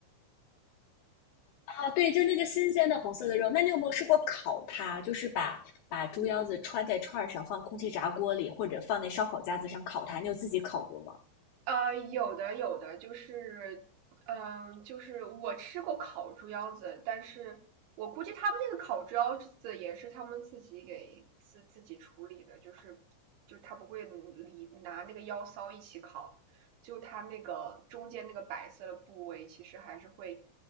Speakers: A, on the left (about 75°); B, on the right (about 80°).
A: 啊，对，就那个新鲜的红色的肉。那你有没有试过烤它？就是把把猪腰子穿在串儿上，放空气炸锅里，或者放那烧烤架子上烤它。你有自己烤过吗？
B: 呃，有的有的，就是，嗯、就是我吃过烤猪腰子，但是我估计他们那个烤猪腰子也是他们自己给自自己处理的，就是就他不会理拿那个腰骚一起烤，就他那个中间那个白色的部位，其实还是会，